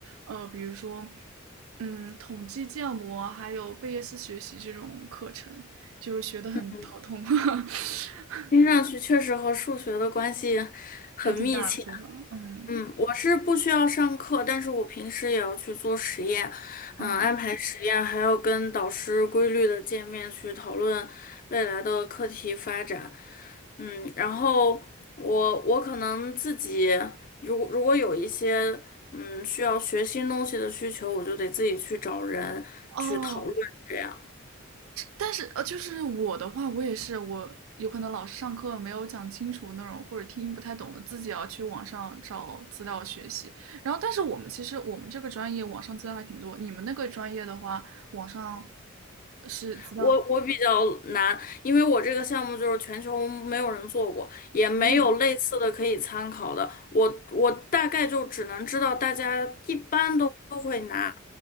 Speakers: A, on the right; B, on the left.
A: 呃，比如说嗯统计建模，还有贝叶斯学习这种课程，就学得很头痛，
B: 嗯，
A: <laughs>
B: 听上去确实和数学的关系很密切。
A: 还挺大的，对吧？嗯
B: 嗯，我是不需要上课，但是我平时也要去做实验，
A: 嗯
B: 嗯，安排实验，还要跟导师规律的见面去讨论未来的课题发展，嗯，然后我我可能自己如果如果有一些嗯需要学新东西的需求，我就得自己去找人去讨论这样。
A: 哦。但是呃，就是我的话，我也是，我有可能老师上课没有讲清楚那种，或者听不太懂的，自己要去网上找资料学习。然后，但是我们其实我们这个专业网上资料还挺多，你们那个专业的话，网上是资料。
B: 我我比较难，因为我这个项目就是全球没有人做过，也没有类似的可以参考的。
A: 嗯，
B: 我我大概就只能知道大家一般都都会拿